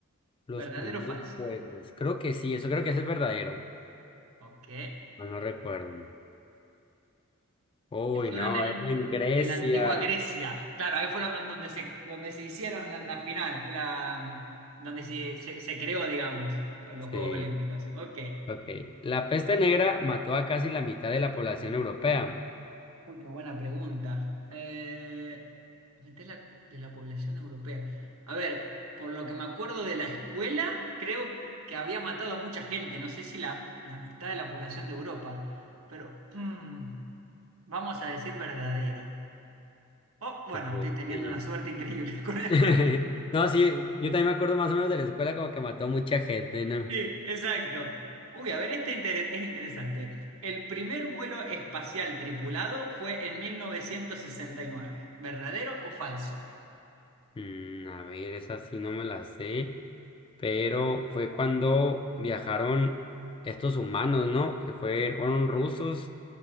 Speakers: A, on the left; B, on the right.
A: los
B: ¿Verdadero
A: primeros
B: o falso?
A: juegos, creo que sí, eso creo que ese es verdadero.
B: Ok.
A: No, no recuerdo. Uy,
B: que fueron
A: no,
B: el-
A: era en Grecia.
B: en la antigua Grecia. Claro, ahí fueron don- donde se, donde se hicieron la, la final, la, donde se, se- se creó, digamos, los Juegos
A: Sí.
B: Olímpicos. Ok.
A: Ok. La peste negra mató a casi la mitad de la población europea.
B: Uy, qué buena pregunta. Eh, a mitad de la, de la población europea. A ver, por lo que me acuerdo de la escuela, creo que había matado a mucha gente. No sé si la, la mitad de la población de Europa. Pero mm, vamos a decir verdadero. Oh, bueno,
A: Ujú,
B: estoy teniendo
A: Sí.
B: una suerte increíble <laughs> con esto.
A: <laughs> No, sí, yo también me acuerdo más o menos de la escuela como que mató mucha gente, ¿no?
B: Sí, exacto. Uy, a ver, este inter- es interesante. El primer vuelo espacial tripulado fue en 1969. ¿Verdadero o falso?
A: Mm, a ver, esa sí no me la sé, pero fue cuando viajaron estos humanos, ¿no? Que fue- fueron rusos,